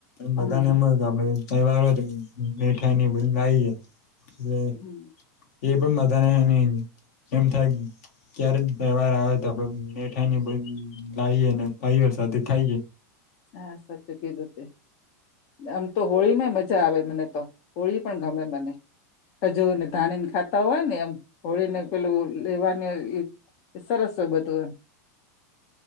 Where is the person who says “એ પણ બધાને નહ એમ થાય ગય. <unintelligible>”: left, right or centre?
Left